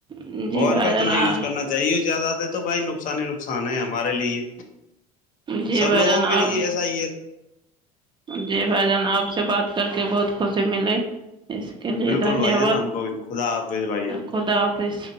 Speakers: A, on the right; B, on the left.
A: جی
B: موبائل
A: بھائی
B: کا اتنا
A: جان آپ
B: یوز کرنا چاہیے زیادہ ت تو بھائی نقصان ہی نقصان ہے ہمارے لیے
A: جی
B: سب
A: بھائی
B: لوگوں
A: جان آپ
B: کے لیے ایسا ہی ہے
A: جی بھائی جان آپ سے بات کر کے بہت خوشی ملی اس کے لیے
B: بالکل
A: دھنیہ
B: بھائی جان
A: واد
B: ہم کو بھی خدا حافظ بھائی جان
A: خدا حافظ